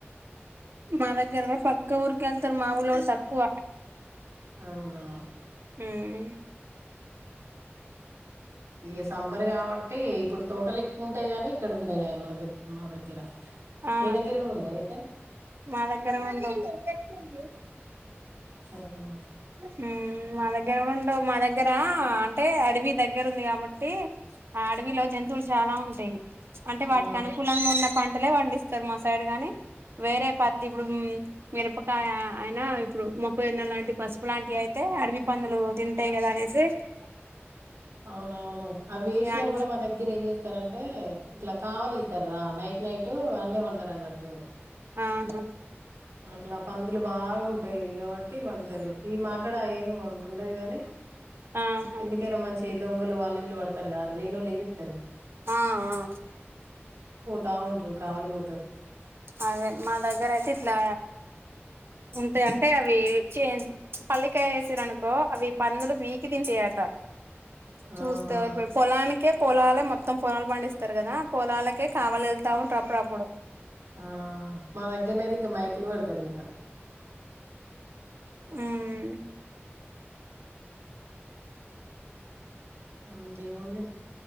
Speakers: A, on the right; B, on the right.
A: మా దగ్గర పక్క ఊరుకి వెళ్తారు. మా ఊరిలో కూడా తక్కువ
B: అవునా
A: హ్మ్
B: ఇగా సమ్మర్ కాబట్టి ఇప్పుడు తోటలు ఎక్కువ ఉంటాయి. కాని ఇక్కడ ఉండేయయే మన దగ్గ మా దగ్గర
A: ఆ
B: మీ దగ్గర కూడా ఉండయా అయితే
A: మా దగ్గర కూడా ఉండవ్ <unintelligible>
B: సరే నాక్
A: హ్మ్ మా దగ్గర కూడా ఉండవు. మా దగ్గర అంటే అడవి దగ్గర ఉంది. కాబట్టి ఆ అడవిలో జంతువులు చాలా ఉంటాయి. అంటే వాటికి
B: ఆ
A: అనుకూలంగా ఉన్నప్ పంటలే పండిస్తారు. మా సైడ్ గాని వేరే పత్తి ఇప్పుడు మిరపకాయ అయినా ఇప్పుడు మొక్కజొన్న లాంటి పసుపు లాంటి అయి ఐతే అడవి పందులు తింటాయి. కదా అనేసి ఐతే
B: అవునవును అ వేసినా
A: అను
B: కూడా మా దగ్గర ఏం చేస్తారంటే ఇట్లా కావాలెళ్తారు. నైట్ నైట్ అన్నే పంటారు అన్నట్టు
A: ఆహా
B: అట్లా పందులు బాగా ఉంటాయి. కాబట్టి పంటారు ఈ మాక్కడ ఏమ్ అంత ఉండదు గాని
A: ఆహా
B: ఎందుకైనా మంచి దొంగలు వాళ్ళు వీళ్ళు పడతారు కదా లేని వాళ్ళు ఏం చేతారు
A: ఆ ఆ
B: బావుంట్రు కావలిపో
A: అదే మా దగ్గర అయితే ఇట్లా ఉంటాయి అంటే అవి చే పల్లికాయ వేసిరు అనుకో అవి పందులు పికి తింటయట చూస్త
B: అవునా
A: పొలనీకె పోలాల మొత్తం పొలాలు పండిస్తారు కదా పొలాలకే కావాల వెళ్తా ఉంటారు అపుడుపుడు
B: ఆ మా దగ్గరనే అయితే ఇంకా మైకులు పెడతారు ఇంకా
A: హ్మ్
B: ఇంకేముంది